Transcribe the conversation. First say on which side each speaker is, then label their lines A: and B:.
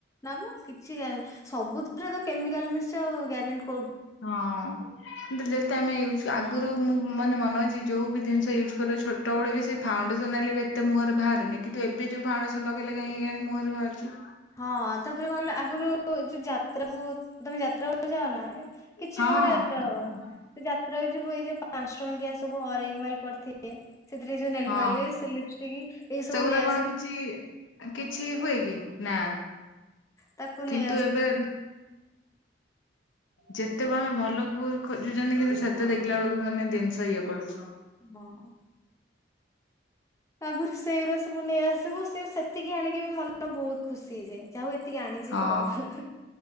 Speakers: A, on the left; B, on the left.
A: ନା ବା କିଛି ସବୁଥିରେ ତ କେମିକାଲ ମିଶୁଛି ଆଉ ଗ୍ୟାରେଣ୍ଟି କଣ।
B: ହଁ। କିନ୍ତୁ ଯେତେ ଆମେ ୟୁଜ ଆଗରୁ ମୁଁ ମାନେ ମନ ଅଛି ଯୋଉ ବି ଜିନିଷ ୟୁଜ୍ କରେ ଛୋଟ। ଛୋଟବେଳେ ବି ସେଇ ଫାଉଣ୍ଡସନ ମାଇଲେ ଏତେ ମୁହଁରେ ଭାରେନି କିନ୍ତୁ ଏବେ ଯଉ ଫାଉଣ୍ଡସନ ଲଗେଇଲେ କାହିଁକି କେଜାଣି ମୁଁହରେ ବାହାରୁଛି।
A: ହଁ ତାପରେ କଣ କହିଲ ଆଗରୁ ଯୋଉ ଯାତ୍ରାକୁ ତମେ ଯାତ୍ରା କୁ ଯାଅ ନା। କିଛି
B: ହଁ
A: ବି ଗୋଟେ ଯାତ୍ରା ହଉ
B: ହଁ
A: ସେ ଯା ତ୍ରା କୁ ଏଇଟା ପାଞ୍ଚ ଟଙ୍କିଆ ସବୁ ହରେକ୍ ମାଲ ପଡିିଥିବେ। ସେଥିରେ ଯୋଉ ନେଲପାଲିସ
B: ହଁ।
A: ସେ ଲିପଷ୍ଟିକ୍ ଏଇ ସବୁ
B: ସେଗୁରା
A: ନେଇ
B: କଣ
A: ଆସନ୍ତି।
B: କିଛି କିଛି ହୁଏ କି ନା
A: ତାକୁ ନେଇ
B: କିନ୍ତୁ
A: ଆସିବୁ
B: ଏବେ। ଯେତେ ବି ଆମେ ଭଲକୁ ଖୋଜୁଛନ୍ତି କିନ୍ତୁ ସେତେ ଦେଖିଲା ବେଳକୁ ମାନେ ଜିନିଷ ଇଏ ପଡୁଛି।
A: ଭଁ। ଆଗୁରୁ ସେଇଉରା ସବୁ ନେଇଆସିବୁ ସେ ସେତିକି ଆଣିକି ବି ମନ ବହୁତ ଖୁସି ହେଇଯାଏ। ଯାହଉ ଏତିକି ଆଣିଛି
B: ହଁ।
A: ତ।